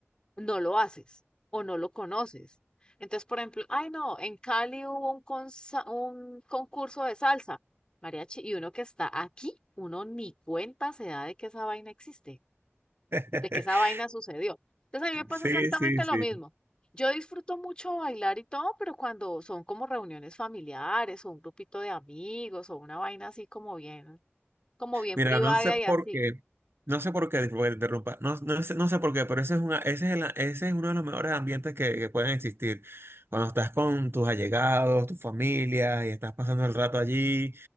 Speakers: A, on the left; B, on the right.
A: no lo haces o no lo conoces. Entonces, por ejemplo, ay no, en Cali hubo un, consa- un concurso de salsa, mariachi, y uno que está aquí, uno ni cuenta se da de que esa vaina existe,
B: <laughs>
A: de que esa vaina sucedió. Entonces a mí me pasa
B: Sí,
A: exactamente
B: sí, sí.
A: lo mismo. Yo disfruto mucho bailar y todo, pero cuando son como reuniones familiares o un grupito de amigos o una vaina así como bien, como bien
B: Mira,
A: privada
B: no sé por
A: y así,
B: qué, no sé por qué, disculpa que te interrumpa, no, no sé, no sé por qué, pero ese es, una, ese es, el- ese es uno de los mejores ambientes que, que pueden existir. Cuando estás con tus allegados, tu familia, y estás pasando el rato allí,